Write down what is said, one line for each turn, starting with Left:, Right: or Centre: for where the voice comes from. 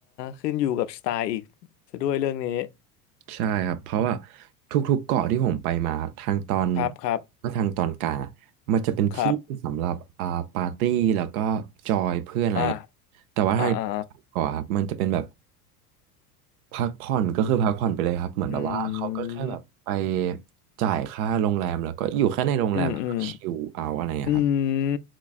Left: ขึ้นอยู่กับสไตล์อีกซะด้วยเรื่องนี้
Right: ใช่ครับเพราะว่าทุกๆเกาะที่ผมไปมาทางตอน
Left: ครับครับ
Right: และทางตอนกลางอะมันจะเป็นที่สำหรับอ่าปาร์ตี้แล้วก็จอยเพื่อนอะไรเงี้ย
Left: ครับอ่า
Right: แต่ว่าทาง
Left: อ่าอ่า
Right: เกาะครับมันจะเป็นแบบ พักผ่อนก็คือพักผ่อนไปเลยครับเหมือนแบบว่าเขาก็แค่แบบไป
Left: อืมอื
Right: จ่ายค่าโรงแรมแล้วก็อยู่แค่ในโรงแรมแล้วก็ชิลเอาอะไรอย่างเงี้ยครับ
Left: มอืม อืม